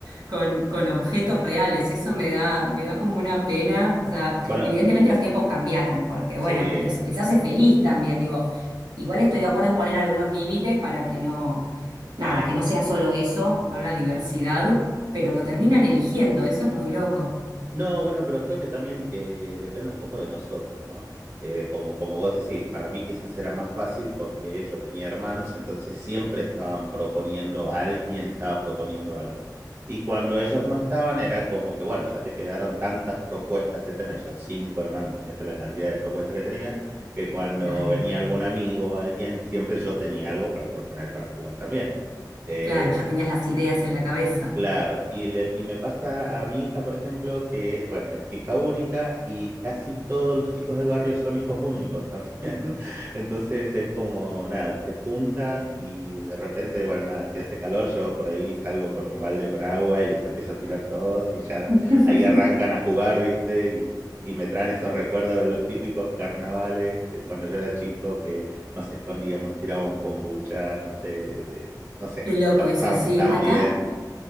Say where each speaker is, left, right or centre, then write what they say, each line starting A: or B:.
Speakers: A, on the right (about 70°); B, on the right (about 30°).
A: con, con objetos reales. Eso me da, me da como una pena. O sea,
B: Bueno,
A: evidentemente los tiempos cambiaron, porque bueno,
B: sí,
A: les, les hace feliz también. Digo, igual estoy de acuerdo en poner algunos límites para que no,
B: no,
A: nada, que
B: sí,
A: no sea
B: sí, totalmente.
A: solo eso, ¿no? La diversidad, pero lo terminan eligiendo, eso es muy loco.
B: No, bueno, pero creo que también eh, depende un poco de nosotros, ¿no? Eh, como, como vos decís, para mí quizás era más fácil porque yo tenía hermanos, entonces siempre estaban proponiendo, alguien estaba proponiendo algo. Y cuando ellos no estaban, era como que, bueno, ya te quedaron tantas propuestas que tenés, yo cinco hermanos, imagínate la cantidad de propuestas que tenía, que cuando
A: Claro.
B: venía algún amigo o alguien, siempre yo tenía algo para proponer para jugar también. Eh,
A: Claro, ya tenías las ideas en la cabeza.
B: Claro, y, le- y me pasa a mi hija, por ejemplo, que, bueno, es hija única y casi todos los chicos del barrio son hijos únicos también. <laughs> Entonces es como, nada, se juntan y de repente, bueno, nada, si hace calor, yo por ahí salgo con un balde con agua y les empiezo a tirar todos y ya
A: <laughs>
B: ahí arrancan a jugar, ¿viste? Y, y me traen esos recuerdos de los típicos carnavales de cuando yo era chico, que nos escondíamos, nos tirábamos bombuchas, no sé, de- no sé,
A: Qué loco
B: la pasábamos
A: eso, sí.
B: tan
A: Acá
B: bien.